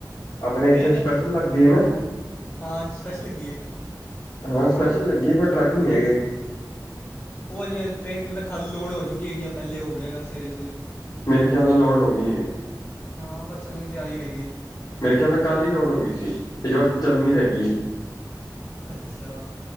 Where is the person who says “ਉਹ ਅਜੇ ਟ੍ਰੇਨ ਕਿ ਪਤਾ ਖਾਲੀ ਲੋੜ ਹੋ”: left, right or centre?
Left